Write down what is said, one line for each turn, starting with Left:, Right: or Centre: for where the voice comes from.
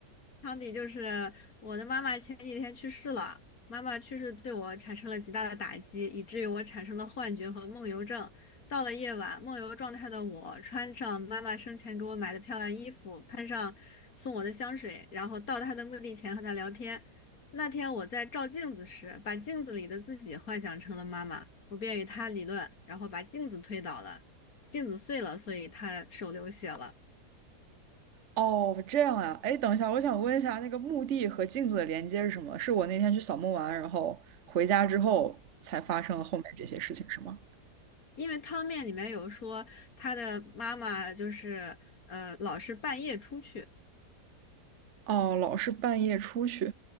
Left: 汤底就是我的妈妈前几天去世了，妈妈去世对我产生了极大的打击，以至于我产生了幻觉和梦游症。到了夜晚，梦游状态的我穿上妈妈生前给我买的漂亮衣服，喷上送我的香水，然后到她的墓地前和她聊天。那天我在照镜子时，把镜子里的自己幻想成了妈妈，我便与她理论，然后把镜子推倒了，镜子碎了，所以她手流血了。
Right: 哦，这样啊。哎，等一下，我想问一下，那个墓地和镜子的连接是什么？是我那天去扫墓完，然后回家之后才发生了后面这些事情，是吗？
Left: 因为汤面里面有说他的妈妈就是呃老是半夜出去，
Right: 哦，老是半夜出去。